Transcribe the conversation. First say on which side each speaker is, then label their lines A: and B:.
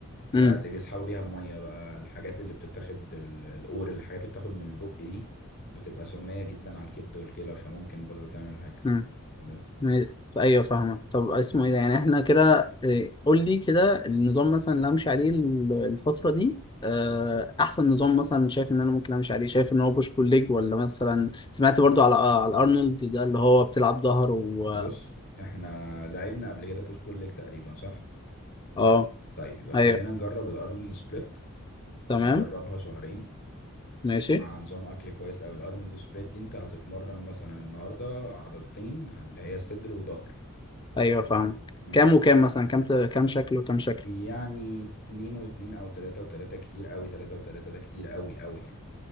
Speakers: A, on the left; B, on the left.
A: آه،
B: امم
A: اللي بيسحبوا بيها المية بقى الحاجات اللي بتتاخد ال- القور الحاجات اللي بتاخد من البق دي بتبقى سمية جدا على الكبد والكلى فممكن برضو تعمل حاجة
B: امم
A: بس
B: ما- ايوه فاهمك طب اسمه ايه ده يعني احنا كده إيه، قول لي كده النظام مثلا اللي امشي عليه ال- الفتره دي آه، احسن نظام مثلا شايف ان انا ممكن امشي عليه شايف ان هو بوش بول ليج ولا مثلا سمعت برضو على آه، على ارنولد ده اللي هو بتلعب ظهر و
A: بص احنا لعبنا قبل كده بوش بول ليج تقريبا صح؟
B: اه
A: طيب يبقى خلينا
B: ايوه
A: نجرب الارنولد سبليت
B: تمام
A: نجربها شهرين
B: ماشي
A: مع نظام اكل كويس اوي الارنولد سبليت دي انت هتتمرن مثلا النهارده عضلتين اللي هي صدر وظهر
B: ايوه فاهم
A: امم
B: كام وكام مثلا كام ت- كام شكل وكام شكل
A: يعني اتنين واتنين او تلاتة وتلاتة كتير اوي تلاتة وتلاتة ده كتير اوي اوي يعني